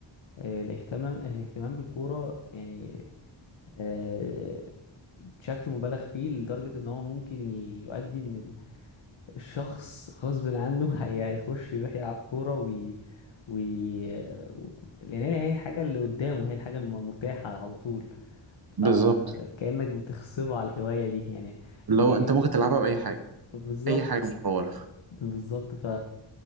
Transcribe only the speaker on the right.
بالظبط
اللي
هو أنت ممكن تلعبها بأي حاجة
أي حاجة مصورها